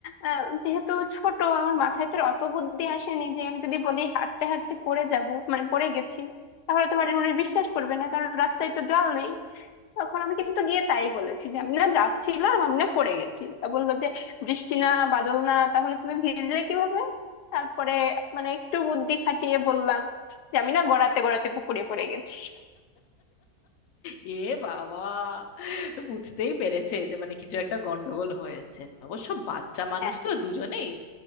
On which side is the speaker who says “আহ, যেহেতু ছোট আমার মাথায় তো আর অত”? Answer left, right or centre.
Left